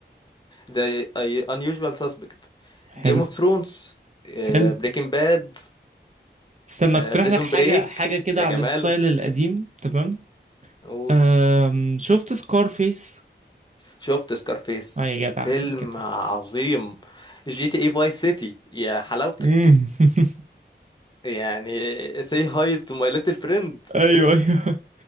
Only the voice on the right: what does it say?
حلو
حلو
استنى اقترح
لك حاجة
حاجة كده
على
الستايل القديم تمام
أم... شفت سكارفيس
اه يا جدع
يا جدع
مم. <laughs>
ايوه ايوه